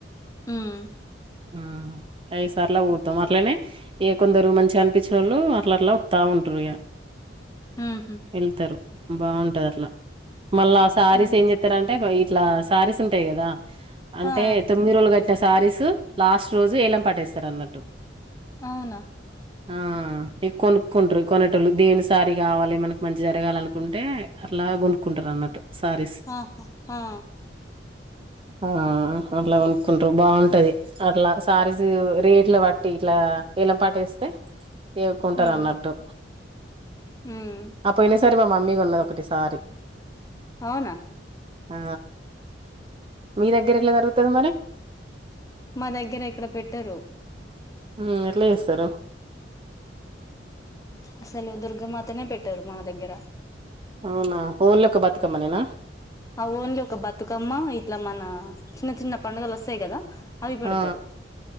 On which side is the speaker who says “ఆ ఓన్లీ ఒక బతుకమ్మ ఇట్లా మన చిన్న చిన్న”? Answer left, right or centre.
Left